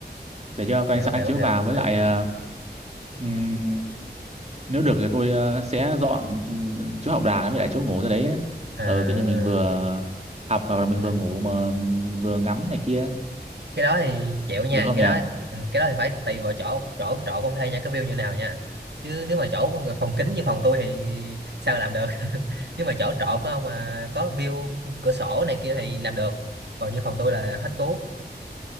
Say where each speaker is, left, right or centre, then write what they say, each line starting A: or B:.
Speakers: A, on the right; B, on the right.
A: để cho có
B: hiểu
A: ánh sáng
B: hiểu
A: chiếu
B: hiểu
A: vào với
B: hiểu
A: lại ờ, ừm, nếu được thì tôi ờ, sẽ dọn ừm, chỗ học đà với lại chỗ ngủ ra đấy ấy.
B: à
A: ừ, kiểu như mình vừa học hoặc là mình
B: là
A: vừa ngủ mà mình vừa ngắm này kia
B: cái đó thì chịu nha
A: được không
B: cái
A: nhỉ
B: đó ừ, cái đó thì phải tùy vào chỗ chỗ chỗ công thuê nha cái view như nào nha chứ nếu mà chỗ phòng kính như phòng tôi thì sao làm được <laughs> nhưng mà chỗ trọ của ông mà có view cửa sổ này kia thì làm được còn như phòng tôi là hết cứu